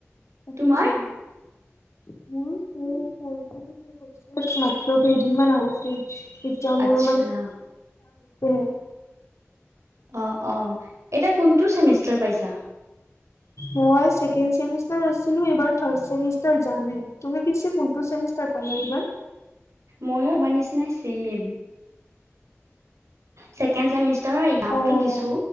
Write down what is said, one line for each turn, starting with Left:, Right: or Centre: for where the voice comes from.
Left: আচ্ছা,
Right: তোমাৰ
Left: মোৰো ছেম। পৰীক্ষাটো শেষ হৈছেহে মাত্ৰ কেইদিনমান আগতে। তেতিয়া মোৰ
Right: আচ্ছা
Left: <unintelligible> <unintelligible>
Right: অ', অ', এতিয়া কোনটো চেমিষ্টাৰ পাইছা?
Left: মই ছেকেণ্ড চেমিষ্টাৰ আছিলোঁ, এইবাৰ থাৰ্ড চেমিষ্টাৰ যামহে। তুমি পিছে কোনটো চেমিষ্টাৰ পালা এইবাৰ?
Right: ময়ো তোমাৰ নিচিনাই চেম। ছেকেণ্ড চেমিষ্টাৰৰ এক্সামটো
Left: অ'
Right: দিছো